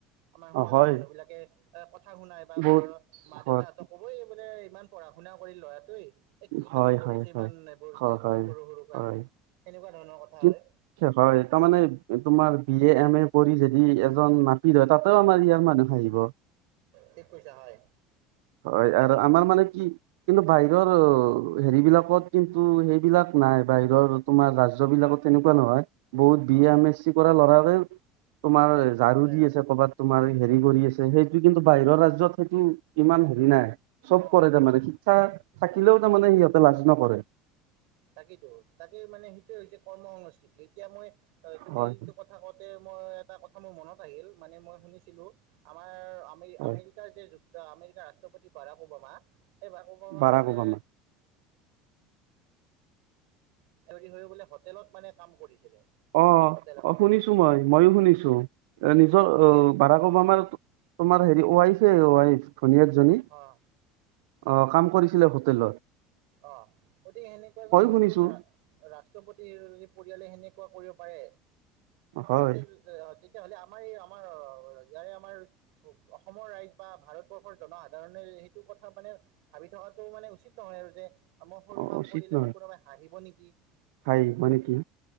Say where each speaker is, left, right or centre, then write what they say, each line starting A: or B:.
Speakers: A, on the right; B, on the right.
A: আমাৰ সমাজৰ
B: অ' হয়
A: মানুহ বিলাকে <unintelligible> কথা শুনাই বা
B: বহুত
A: ঘৰৰ মা
B: হয়
A: দেউতাহতক কবই বোলে ইমান পঢ় শুনা কৰি ল'ৰাটোৱেই এ কি
B: হয়
A: কামত ধৰিছে
B: হয়
A: ইমান
B: হয়
A: এইবোৰ
B: হয়
A: কি
B: হয়
A: কি সৰু সৰু কাম
B: হয়
A: সেনেকুৱা ধৰণৰ কথা
B: কি
A: হয়
B: হয় তাৰমানে তোমাৰ বি এ এম এ কৰি যদি এজন নাপিত হয়, তাতেও আমাৰ ইয়াৰ মানুহ আহিব।
A: ঠিক কৈছা হয়
B: হয়
A: তাকেইতো
B: আৰু আমাৰ মানে কি কিন্তু বাই সেৰি বিলাকত কিন্তু সেইবিলাক নাই। বাহিৰৰ তোমাৰ <inaudible> জ বিলাকত তেনেকুৱা নহয়। বহুত বি
A: অঁ
B: এম এছ চি কৰা ল'ৰা উ <unintelligible> তোমাৰ ঝাৰু
A: হয়
B: দি
A: হয়
B: আছে ক'ৰবাত তোমাৰ হেৰীটো। হেৰি কৰি আছে সেইটো কিন্তু বাহিৰৰ ৰাজ্যত সেইটো ইমান হেৰি নাই। চব
A: অঁ
B: কৰে তাৰমানে শিক্ষা থাকিলেও তাৰমানে সিহঁতে লাজ ন। কৰে
A: তাকেইেতো তাকেই মানে সেইটোৱে হৈছে কৰ্ম সংস্কৃতি এতিয়া মই অ তুমি
B: হয়
A: এইটো কথা কওঁতে মই এটা কথা মোৰ মনত আহিল মানে মই শুনিছিলো আমাৰ আমেৰি
B: হয়
A: আমেৰিকাৰ যে যুক্ত আমেৰিকাৰ ৰাষ্ট্ৰপতি বাৰাক ওবামা এই বাৰাক ওবামাৰ
B: বাৰাক
A: বোলে
B: ওবামা
A: সি হৈ বোলে হোটেলত মানে কাম কৰিছিলে
B: অ
A: হোটেল এখনত
B: অ শুনিছো মই মইও শুনিছো এ নিজৰ
A: গতিকে
B: ভাড়া বাৰাক
A: অঁ
B: ওবামাৰ আমাৰ তোমাৰ হেৰি ৱাইছে ৱাই ভনী একজনী
A: অঁ
B: অঁ কাম কৰিছিলে ল
A: অ গতিকে সেনেকোৱা এ জন
B: শুনিছো
A: ৰা ৰাষ্ট্ৰপতি পৰিয়ালে সেনেকোৱা কৰিব পায়
B: হয়
A: তাতে তেতিয়াহ'লে আমাৰ এই আমাৰ ইয়াৰে আমাৰ অসমৰ ৰাইজ বা ভাৰতবৰ্ষৰ জনসাধাৰণে সেইটো কথা মানে ভাবি থকাটো মানে উচিত নহয় আৰু যে মই সৰু
B: অ
A: কাম
B: উচিত
A: কৰিলে
B: নহয়
A: মই কোনোবাই হাঁহিব নেকি কি
B: খাই ম নে কি